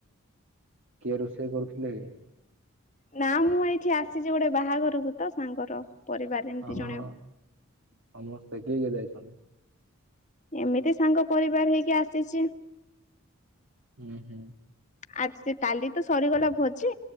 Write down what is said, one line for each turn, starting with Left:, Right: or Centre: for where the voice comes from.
Right: କିଏ ରୋଷେଇ କରୁଥିଲେ?
Left: ନା ମୁଁ ଏଇଠି ଆସିଛି ଗୋଟେ ବାହାଘରକୁ ତ ସାଙ୍ଗର। ପରିବାରରେ ଏମତି
Right: ହଁ
Left: ଜଣେ।
Right: ହଁ ସମସ୍ତେ କିଏ କିଏ ଯାଇଛନ୍ତି?
Left: ଏମିତି ସାଙ୍ଗ ପରିବାର ହେଇକି ଆସିଛି।
Right: ହୁଁ ହୁଁ।
Left: ଆଜି ସେ କାଲି ତ ସରିଗଲା ଭୋଜି